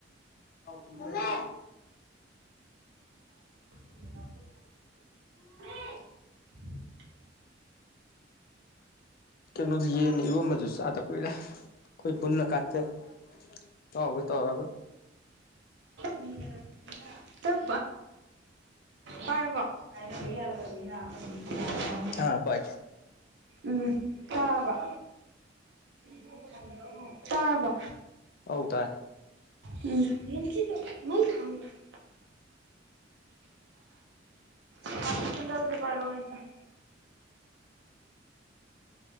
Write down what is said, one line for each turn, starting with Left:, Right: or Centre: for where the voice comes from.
Left: ꯍꯥꯎ <inaudible>
Right: <inaudible>
Left: ꯀꯩꯅꯣꯗꯤ ꯌꯦꯟꯅꯤ ꯏꯔꯣꯟꯕꯁꯨ ꯆꯥꯗ ꯀꯨꯏꯔꯦ ꯑꯩꯈꯣꯏ ꯄꯨꯜꯂ ꯀꯥꯟꯗ ꯢꯇꯧꯍꯣꯢ ꯇꯧꯔꯒ
Right: ꯎ <inaudible> ꯇꯞ ꯄꯥꯏꯣꯀꯣ <inaudible>
Left: ꯍꯥ ꯄꯥꯏꯒꯦ
Right: ꯎꯝ ꯀꯥꯕ <inaudible> ꯇꯥꯔꯕꯣ
Left: ꯑꯧ ꯇꯥꯔꯦ
Right: ꯌ <inaudible> ꯑ ꯀꯗ ꯍꯧꯦ ꯄꯔ ꯑꯣꯏꯁ <inaudible>